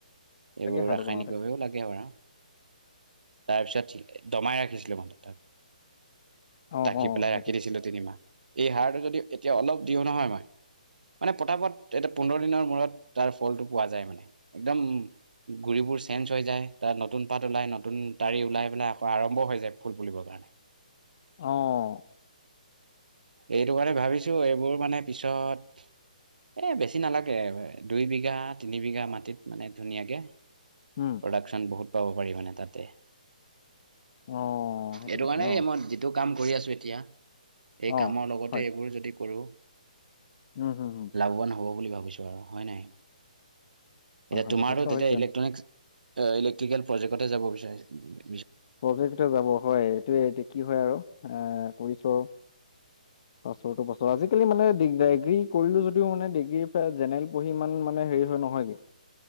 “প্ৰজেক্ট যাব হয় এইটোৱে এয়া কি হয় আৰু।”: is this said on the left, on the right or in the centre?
Left